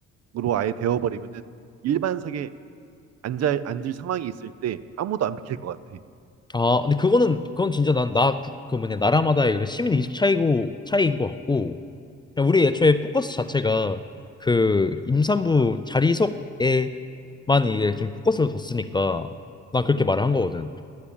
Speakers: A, on the right; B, on the left.
A: 아예 되어버리면은 일반석에 앉아, 앉을 상황이 있을 때 아무도 안 비킬 것 같아.
B: 아 근데 그거는 그건 진짜 난 나 그 뭐냐 나라마다의 그 시민 의식 차이고 차이인 것 같고 그냥 우리 애초에 포커스 자체가 그 임산부 자리석에만 이게 지금 포커스를 뒀으니까 난 그렇게
A: 음,
B: 말을 한 거거든.